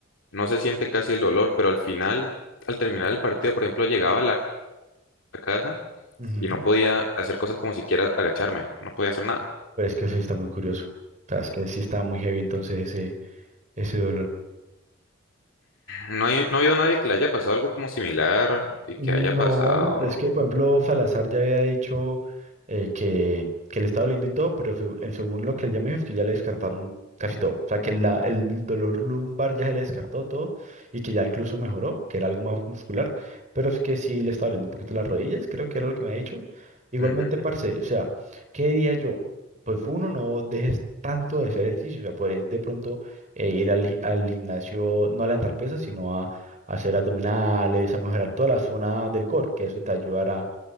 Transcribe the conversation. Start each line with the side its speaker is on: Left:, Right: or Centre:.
Left: no se siente casi el dolor, pero al final, al terminar el partido, por ejemplo, llegaba a la a casa
Right: Ujú.
Left: y no podía hacer cosas como siquiera agacharme, no podía hacer nada.
Right: Pero es que eso sí está muy curioso. O sea, es que sí está muy heavy entonces ese, ese dolor.
Left: No, hay, no ha habido nadie que le haya pasado algo como similar y
Right: No,
Left: que haya pasado.
Right: es que por ejemplo Salazar ya había dicho eh, que, que le estaba doliendo y todo, pero seg- eh, según lo que él ya me dijo, es que ya le descartaron casi todo. O sea, que la- el dolor lumbar ya se le descartó todo y que ya incluso mejoró, que era algo más muscular, pero es que sí le estaba doliendo un poquito las rodillas, creo que era lo que me ha dicho. Igualmente,
Left: Ujú,
Right: parce, o sea, ¿qué diría yo? Pues uno, no dejes tanto de hacer ejercicio, o sea, podés de pronto eh, ir al, gi- al gimnasio, no a levantar pesas, sino a a hacer abdominales, a mejorar toda la zona del core, que eso te ayudará